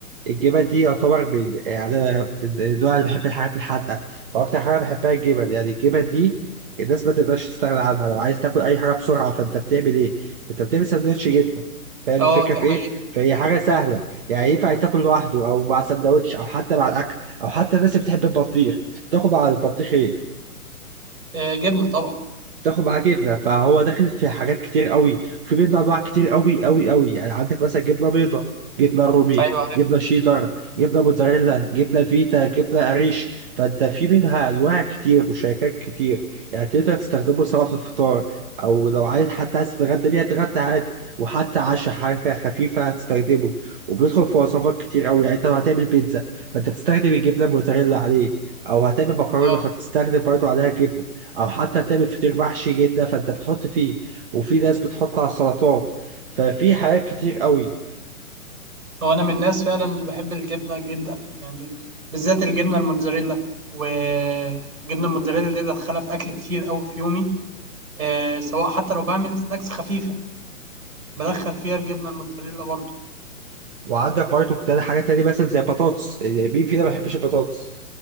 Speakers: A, on the right; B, on the right.
A: الجبن دي يعتبر من يعني انا من النوع اللي بحب الحاجات الحادقه فاكتر حاجه بحبها الجبن يعني الجبن دي الناس ما تقدرش تستغنى عنها لو عايز تاكل اي حاجه بسرعه فانت بتعمل ايه؟ انت بتعمل سندوتش جبنه فاهم
B: اه
A: الفكره
B: دي
A: في
B: حقيقة
A: ايه؟ فهي حاجه سهله
B: أيوة.
A: يعني ينفع تاكل لوحده او مع سندوتش او حتى مع الاكل او حتى الناس اللي بتحب البطيخ تاكل مع البطيخ ايه؟
B: آه، جبنة طبعا
A: تاخد معاه جبنه فهو داخل في حاجات كتير قوي في بيض انواع كتير قوي قوي قوي يعني عندك مثلا جبنه بيضه جبنه رومي
B: ايوه عارف
A: جبنه شيدر جبنه موتزاريلا جبنه فيتا جبنه قريش فانت في منها انواع كتير وشركات كتير يعني تقدر تستخدمه سواء في الفطار او لو عايز حتى عايز تتغدى بيها تتغدى عادي وحتى عشاء حاجه خفيفه هتستخدمه وبيدخل في وصفات كتير قوي يعني انت لو هتعمل بيتزا فانت بتستخدم الجبنه الموتزاريلا عليه او هتعمل مكرونه
B: اه
A: فبتستخدم برضه عليها جبنه او حتى تعمل فطير محشي جدا فانت بتحط فيه وفي ناس بتحط على السلطات ففي حاجات كتير قوي
B: هو انا من الناس فعلا اللي بحب الجبنه جدا يعني بالذات الجبنه الموتزاريلا وجبنه الموتزاريلا دي بدخلها في اكل كتير قوي في يومي آه سواء حتى لو بعمل سناكس خفيفه بدخل فيها الجبنه الموتزاريلا برضو
A: وعندك برضه كتير حاجات تانية مثلا زي بطاطس يعني مين فينا ما بيحبش البطاطس